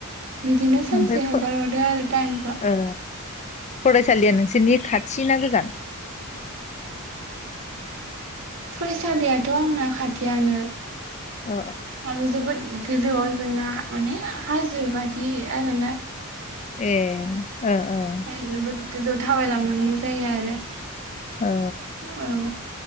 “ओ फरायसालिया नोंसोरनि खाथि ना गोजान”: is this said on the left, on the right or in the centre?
Left